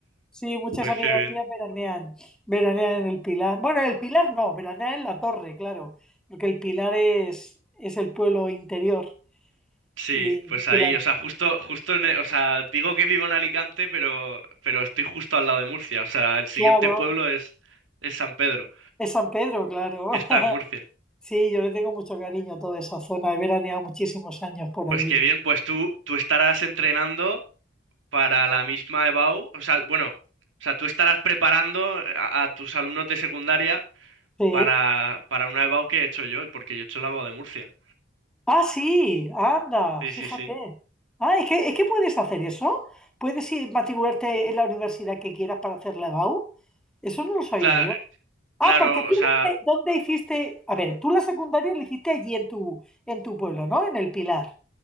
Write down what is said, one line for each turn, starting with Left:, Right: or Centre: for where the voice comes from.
Centre: Sí, muchas
Right: Pues
Centre: amigas
Right: qué bien.
Centre: mías veranean, veranean en el Pilar. Bueno, en el Pilar no, veranean en la Torre, claro, porque el Pilar es, es el pueblo interior.
Right: Sí,
Centre: Y,
Right: pues ahí,
Centre: y la,
Right: o sea, justo, justo en, el- o sea, digo que vivo en Alicante, pero, pero estoy justo al lado de Murcia. O sea, el siguiente
Centre: claro,
Right: pueblo es, es San Pedro,
Centre: es San Pedro, claro.
Right: que
Centre: <laughs>
Right: está en Murcia.
Centre: Sí, yo le tengo mucho cariño a toda esa zona. He veraneado muchísimos años por
Right: Pues
Centre: allí.
Right: qué bien, pues tú, tú estarás entrenando. para la misma EBAU, o sea, bueno, o sea, tú estarás preparando a, a tus alumnos de secundaria
Centre: Sí.
Right: para, para una EBAU que he hecho yo, porque yo he hecho la EBAU de Murcia.
Centre: Ah, sí, anda,
Right: Sí,
Centre: fíjate.
Right: sí, sí.
Centre: Ah, es que, es que puedes hacer eso. Puedes ir matricularte en la universidad que quieras para hacer la EBAU. Eso no lo sabía
Right: Cla-
Centre: yo. Ah,
Right: claro,
Centre: porque tú
Right: o sea,
Centre: dónde, dónde hiciste, a ver, tú la secundaria la hiciste allí en tu, en tu pueblo, ¿no? En el Pilar.